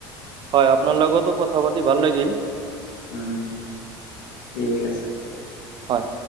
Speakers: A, on the right (about 45°); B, on the left (about 75°).
A: হয়, আপোনাৰ লগতো কথা পাতি ভাল লাগিল।
B: উম, ঠিক আছে।
A: হয়।